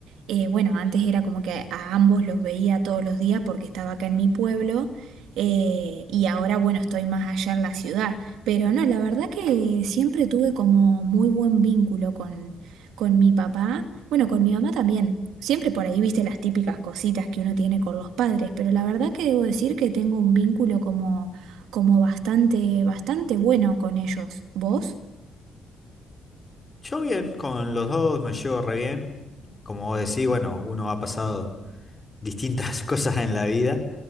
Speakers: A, on the right (about 85°); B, on the left (about 25°).
A: eh, bueno, antes era como que a ambos los veía todos los días porque estaba acá en mi pueblo, eh, y ahora bueno, estoy más allá en la ciudad. Pero no, la verdad que siempre tuve como muy buen vínculo con, con mi papá, bueno, con mi mamá también. Siempre por ahí viste las típicas cositas que uno tiene con los padres, pero la verdad que debo decir que tengo un vínculo como, como bastante, bastante bueno con ellos. ¿Vos?
B: Yo bien, con los dos me llevo re bien. Como vos decís, bueno, uno ha pasado. distintas <laughs> cosas en la vida.